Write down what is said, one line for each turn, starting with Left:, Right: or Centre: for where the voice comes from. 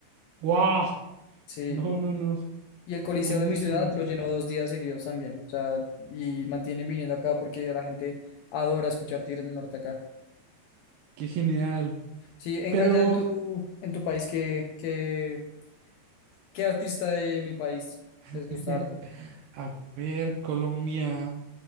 Right: ¡Wow!
Left: Sí.
Right: No, no, no.
Left: Y el Coliseo
Right: Buenísimo.
Left: de mi ciudad lo llenó dos días seguidos también. O sea, y mantienen viniendo acá porque la gente adora escuchar Tigres del Norte acá.
Right: Qué genial.
Left: Sí, en,
Right: Pero,
Left: allá en tu, en tu país, ¿qué, qué, qué artista de mi país les
Right: <laughs>
Left: gusta harto?
Right: a ver, Colombia.